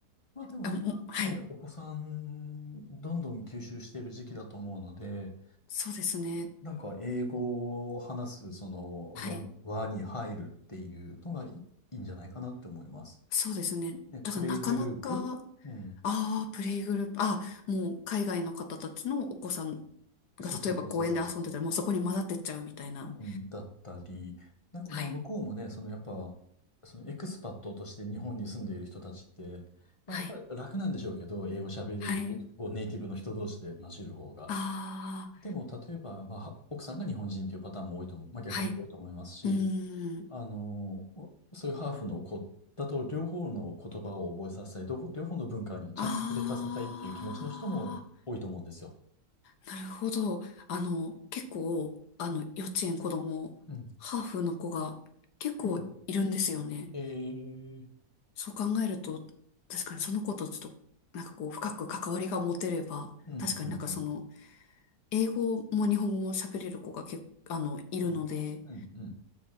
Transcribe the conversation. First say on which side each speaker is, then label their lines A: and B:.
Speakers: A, on the left (about 20°); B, on the left (about 85°).
A: まあでも今ね、
B: あ、もはい。
A: お子さん、どんどん吸収してる時期だと思うので、
B: そうですね。
A: なんか英語を話す、その、
B: はい。
A: 輪、輪に入るっていうのがいいいいんじゃないかなって思います。
B: そうですね。
A: ね、
B: ただなかなか、
A: プレイグループうん。
B: ああ、プレイグループ、ああ、もう海外の方たちのお子さんが例えば公園で遊んでたらもうそこに混ざってっちゃうみたいな。
A: そうそうそうそうそうそう。うん、だったり、なんかまあ向こうもね、
B: はい。
A: そのやっぱ、そのエクスパットとして日本に住んでいる人たちって、まあやっぱり楽なんでしょうけど、
B: はい。
A: 英語喋れる、
B: はい。
A: 英語ネイティブの人同士で混じる方が。
B: ああ、
A: でも例えば、まあ奥さんが日本人っていうパターンも多いと思う、まあ逆も多いと思いますし、
B: はい。うーん。
A: あの、そういうハーフの子だと両方の言葉を覚えさせたい、両方両方の文化にちゃんと触れさせたいっていう気持ちの人も多いと思うんですよ。
B: ああ、なるほど。あの、結構、あの、幼稚園子供、
A: うん。
B: ハーフの子が結構いるんですよね。
A: うん。えー、
B: そう考えると、確かにその子とちょっと、なんかこう、深く関わりが持てれば、
A: うん、
B: 確かになんかその、
A: うん、うん。
B: 英語も日本語も喋れる子が結構、あの、いるので、
A: うんうんうん